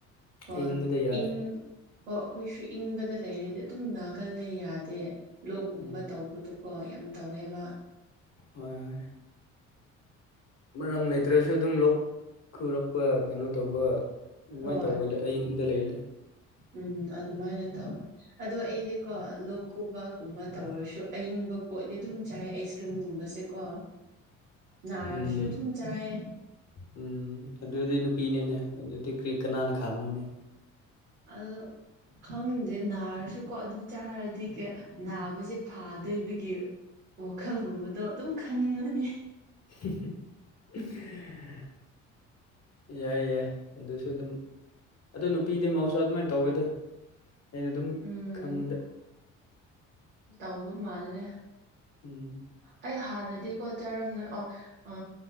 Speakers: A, on the right; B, on the left.
A: ꯍꯣꯏ
B: ꯑꯌꯤꯡꯕꯗ ꯌꯥꯗꯦ
A: ꯏꯪ ꯑꯣ ꯑꯩꯈꯣꯏꯁꯨ ꯏꯪꯕꯗ ꯂꯩꯔꯗꯤ ꯑꯗꯨꯝ ꯅꯥꯒꯜꯂꯦ ꯌꯥꯗꯦ ꯂꯣꯛꯒꯨꯝꯕ
B: ꯎꯝ
A: ꯇꯧꯕꯗꯨꯀꯣ ꯌꯥꯝ ꯇꯧꯋꯦꯕ
B: ꯍꯣꯏ ꯍꯣꯏ ꯃꯔꯝ ꯂꯩꯇ꯭ꯔꯁꯨ ꯑꯗꯨꯝ ꯂꯣꯛ ꯈꯨꯔꯛꯄ ꯀꯩꯅꯣ ꯇꯧꯕ ꯑꯗꯨꯃꯥꯏꯅ
A: ꯍꯣꯏ
B: ꯇꯧꯒꯜꯂꯦ ꯑꯩ ꯌꯨꯝꯗ ꯂꯩꯔꯗꯤ
A: ꯎꯝ ꯑꯗꯨꯃꯥꯏꯅ ꯇꯧꯋꯦ ꯑꯗꯣ ꯑꯩꯗꯤꯀꯣ ꯂꯣꯛ ꯈꯨꯕꯥ ꯀꯨꯝꯕ ꯇꯧꯔꯁꯨ ꯑꯏꯪꯕ ꯄꯣꯠꯅꯤ ꯑꯗꯨꯝ ꯆꯥꯏ ꯑꯥꯏꯁ ꯀ꯭ꯔꯤꯝ ꯒꯨꯝꯕꯁꯦꯀꯣ ꯅꯔꯁꯨ
B: ꯎꯝ
A: ꯑꯗꯨꯝ ꯆꯥꯥꯏ
B: ꯎꯝ ꯑꯗꯨꯗꯤ ꯅꯨꯄꯤꯅꯤꯅꯦ ꯑꯗꯨꯗꯤ ꯀꯔꯤ ꯀꯅꯥꯅ ꯈꯥꯝꯅꯨꯅꯦ
A: ꯑꯗꯨ ꯈꯪꯗꯦ ꯅꯥꯔꯁꯨꯀꯣ ꯑꯗꯨ ꯆꯥꯔꯗꯤ ꯀꯩ ꯅꯥꯕꯁꯦ ꯐꯥꯗꯣꯏꯕꯒꯤ ꯋꯥꯈꯜꯒꯨꯝꯕꯗꯣ ꯑꯗꯨꯝ ꯈꯟꯕꯅꯦ
B: <unintelligible> ꯌꯥꯏ ꯌꯥꯏ ꯑꯗꯨꯁꯨ ꯑꯗꯨꯝ ꯑꯗꯣ ꯅꯨꯄꯤꯗꯤ ꯃꯍꯧꯁꯥ ꯑꯗꯨꯃꯥꯏꯅ ꯇꯧꯋꯦꯗ ꯑꯩꯅ ꯑꯗꯨꯝ
A: ꯎꯝ
B: ꯈꯪꯕꯗ
A: ꯇꯧꯕ ꯃꯥꯜꯂꯦ
B: ꯎꯝ
A: ꯑꯩ ꯍꯥꯟꯅꯗꯤꯀꯣ ꯆꯥꯔꯝꯅꯦ ꯑ-ꯑ